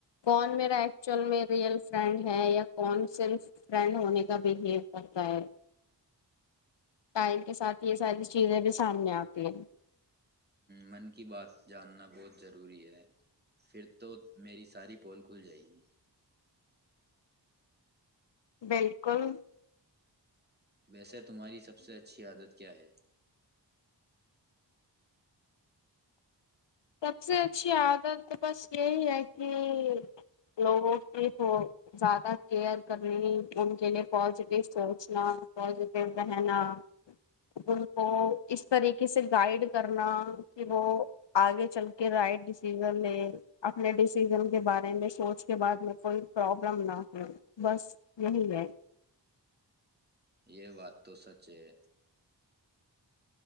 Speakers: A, on the left; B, on the right.
A: کون میرا ایکچوئل میں ریئل فرینڈ ہے یا کون سل فرینڈ ہونے کا کا بہیو کرتا ہے ٹائم کے ساتھ یہ ساری چیزیں بھی سامنے آتی ہیں
B: من کی بات جاننا بہت ضروری ہے پھر تو میری ساری پول کھل جائے گی
A: بالکل
B: ویسے تمہاری سب سے اچھی عادت کیا ہے؟
A: سب سے اچھی عادت تو بس یہی ہے کہ لوگوں کی تھ زیادہ کیئر کرنی ان کے لیے پازیٹیو سوچنا پازیٹیو رہنا ان کو اس طریقے سے گائڈ کرنا کہ وہ آگے چل کے رائٹ ڈیسیزن لے اپنے ڈسیزن کے بارے میں سوچ کے بعد میں کوئی پرابلم نہ ہو بس یہی ہے
B: یہ بات تو سچ ہے